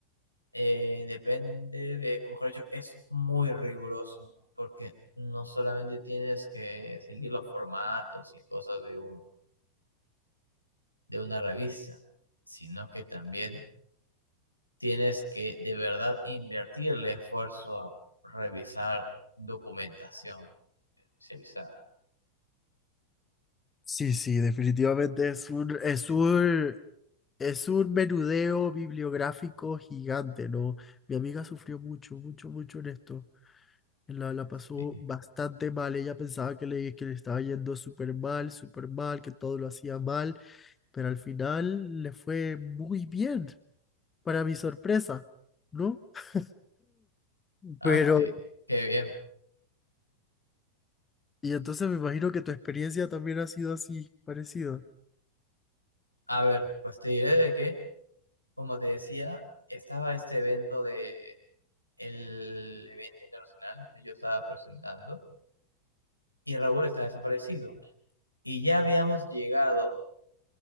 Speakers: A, on the left; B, on the left.
A: Eh, depende de, o mejor dicho, es muy riguroso, porque no solamente tienes que seguir los formatos y cosas de un, de una revista, sino que también tienes que de verdad invertirle esfuerzo a revisar documentación especializada.
B: Sí, sí, definitivamente es un, es un, es un menudeo bibliográfico gigante, ¿no? Mi amiga sufrió mucho, mucho, mucho en esto. La, la pasó
A: Sí.
B: bastante mal. Ella pensaba que le, que le estaba yendo súper mal, súper mal, que todo lo hacía mal, pero al final le fue muy bien, para mi sorpresa, ¿no? <laughs>
A: Ah,
B: Pero,
A: qué, qué bien.
B: y entonces me imagino que tu experiencia también ha sido así, parecida.
A: A ver, pues te diré de que, como te decía, estaba este evento de el evento internacional, yo estaba presentando. y Raúl está desaparecido. Y ya habíamos llegado